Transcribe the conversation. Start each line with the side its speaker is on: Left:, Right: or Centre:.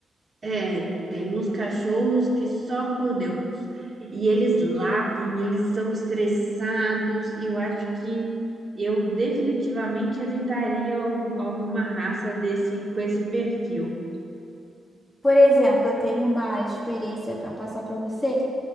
Right: é, tem uns cachorros que só por Deus. E eles latem, eles são estressados. Eu acho que eu definitivamente evitaria al- alguma raça desse com esse perfil.
Left: Por exemplo, eu tenho uma experiência para passar para você